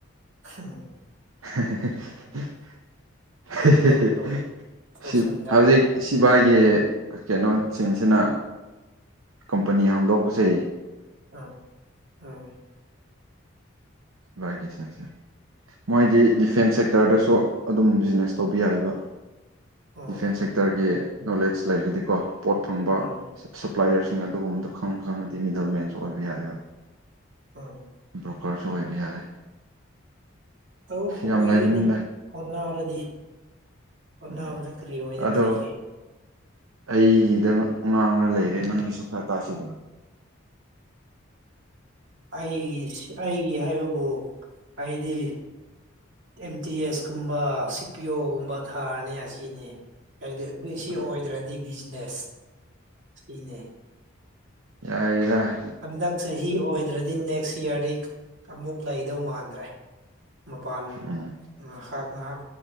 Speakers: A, on the right; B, on the right.
A: ꯎꯝ <inaudible> <unintelligible>
B: <unintelligible>
A: ꯇꯧ ꯇꯧ ꯇꯧꯁꯟꯗꯕꯅꯤ
B: <inaudible> ꯍꯧꯖꯤꯛ ꯁꯤꯕꯥꯏ ꯑꯩꯒꯤ ꯀꯩꯅꯣꯁꯤꯡꯁꯤꯅ ꯀꯝꯄꯅꯤ ꯍꯥꯝꯗꯣꯛꯄꯁꯦ
A: ꯑꯥ ꯑ <unintelligible> <inaudible>
B: ꯔꯒꯦꯁꯁꯦ <inaudible> ꯃꯣꯏꯗꯤ ꯗꯤꯐꯦꯟꯁ ꯁꯦꯛꯇꯔꯗꯁꯨ ꯑꯗꯨꯝ ꯕꯤꯖꯤꯅꯦꯁ ꯇꯧꯕ ꯌꯥꯏꯕ
A: ꯎꯝ
B: ꯗꯤꯐꯦꯟꯁ ꯁꯦꯛꯇꯔꯒꯤ ꯅꯣꯂꯦꯖ ꯂꯩꯔꯗꯤꯀꯣ ꯄꯣꯠ ꯐꯪꯕ
A: ꯎꯝ
B: ꯄ꯭ꯂꯥꯏꯌꯔꯁꯤꯡ ꯑꯗꯨꯒꯨꯝꯕꯗꯣ ꯈꯪ ꯈꯪꯉꯗꯤ ꯃꯤꯗꯜ ꯃꯦꯟꯁꯨ ꯑꯣꯏꯕ ꯌꯥꯔꯣꯏ
A: ꯎꯝ <inaudible>
B: ꯕ꯭ꯔꯣꯀꯔꯁꯨ ꯑꯣꯏꯕ ꯌꯥꯏ
A: ꯇꯧ
B: ꯌꯥꯝ
A: ꯑꯣꯏꯒꯅꯤ
B: ꯂꯩꯕꯅꯤꯅ
A: ꯍꯣꯠꯅꯔꯗꯤ ꯍꯣꯠꯅꯕꯗ
B: ꯎꯝ
A: ꯀꯔꯤ ꯑꯣꯏꯗꯕ
B: ꯑꯗꯣ
A: ꯂꯩꯒꯦ
B: ꯑꯩꯒꯤꯗ ꯉꯥꯡꯅ ꯂꯩꯔꯦ ꯅꯪꯒꯤꯁꯨ ꯈꯔ ꯇꯥꯛꯁꯤꯗꯅ
A: ꯑꯩꯒꯤ ꯑꯩꯒꯤ ꯍꯥꯏꯕ ꯑꯩꯗꯤ ꯑꯦꯝ ꯇꯤ ꯑꯦꯁ ꯀꯨꯝꯕ ꯁꯤ ꯄꯤ ꯑꯣꯒꯨꯝꯕ ꯊꯥꯔꯅꯤ ꯑꯁꯤꯅꯤ ꯍꯥꯏꯗꯤ ꯑꯗꯨ ꯁꯤ
B: ꯑꯥ
A: ꯑꯣꯏꯗ꯭ꯔꯗꯤ ꯕꯤꯖꯤꯅꯦꯁ ꯁꯤꯅꯦ
B: ꯌꯥꯏꯔ <inaudible>
A: ꯍꯟꯗꯛ ꯆꯍꯤ ꯑꯣꯏꯗ꯭ꯔꯗꯤ ꯅꯦꯛꯁ ꯏꯌꯥꯔꯗꯤ ꯑꯃꯨꯛ ꯂꯩꯗꯧ ꯃꯥꯟꯗ꯭ꯔꯦ ꯃꯄꯥꯟ
B: ꯎꯝ
A: ꯉꯥꯏꯍꯥꯛ